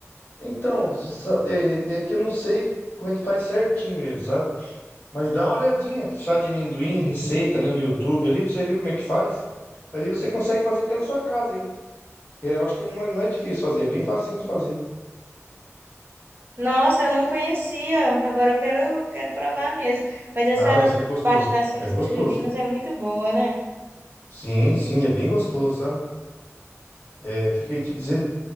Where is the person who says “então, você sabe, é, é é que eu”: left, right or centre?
Left